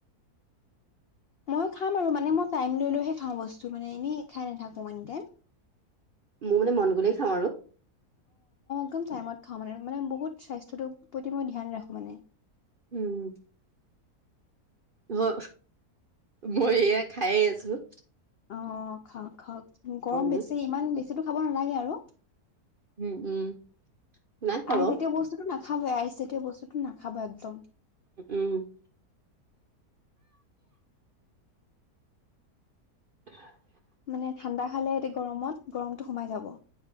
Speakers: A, on the left; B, on the right.
A: মইও খাম আৰু মানে মই টাইম লৈ লৈহে খাওঁ বস্তু মানে এনেই খাই নাথাকোঁ এনি টাইম
B: মোৰ মানে মন গ'লেই খাওঁ আৰু
A: ‍ বহুত টাইমত খাওঁ মানে মানে বহুত কা প্ৰতি মই ধ্যান ৰাখো মানে
B: উম- অ মই এয়া খায়ে আছো-
A: অ খাওক খাওক গৰম
B: জুচ
A: বেছি ইমান বেছি টো খাব নালাগে আৰু
B: উম উম নাই খোৱা
A: আইজাতীয়
B: বাৰু
A: বস্তুতটো নাখাব আইজাতীয় বস্তুটো নাখাব একদম
B: উম <unintelligible>
A: মানে ঠাণ্ডা খালে এতিয়া গৰমত গৰমটো সোমাই যাব